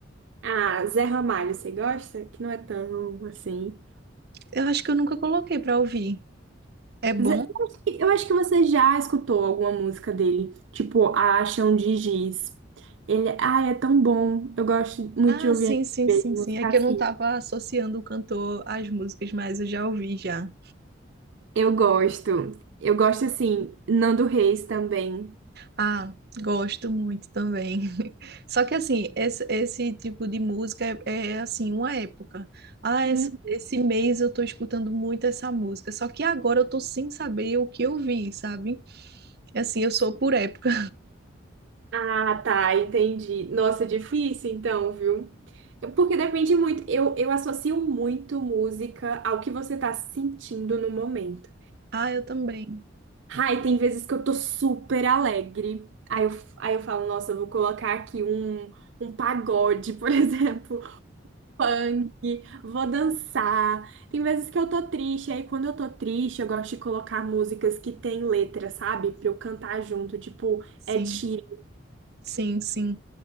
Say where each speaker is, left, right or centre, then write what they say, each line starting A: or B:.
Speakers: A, on the right; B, on the right.
A: Ah, Zé Ramalho, você gosta? Que não é tão assim.
B: Eu acho que eu nunca coloquei para ouvir. É bom?
A: Zé- Eu acho que eu acho que você já escutou alguma música dele, tipo A Chão de Giz. Ele, ai, é tão bom. Eu gosto muito
B: Ah,
A: de ouvir
B: sim,
A: MPB
B: sim, sim,
A: de música
B: sim. É que
A: assim.
B: eu não estava associando o cantor às músicas, mas eu já ouvi já.
A: Eu gosto. Eu gosto assim, Nando Reis também.
B: Ah, gosto muito também. <laughs> Só que assim, esse, esse tipo de música é, é, assim, uma época. Ah,
A: Hum.
B: esse, esse mês eu tô escutando muito essa música. Só que agora eu tô sem saber o que eu vi, sabe? É Assim, eu sou por época.
A: Ah, tá, entendi. Nossa, é difícil então, viu? Porque depende muito. Eu, eu associo muito música ao que você tá sentindo no momento.
B: <laughs> Ah, eu também.
A: Ai, tem vezes que eu tô super alegre. Aí eu, aí eu falo, nossa, eu vou colocar aqui um, um pagode, por <laughs> exemplo, funk, vou dançar. Tem vezes que eu tô triste, aí quando eu tô triste, eu gosto de colocar músicas que tem letra, sabe? Pra eu cantar junto, tipo,
B: Sim.
A: é Sheeran
B: Sim, sim.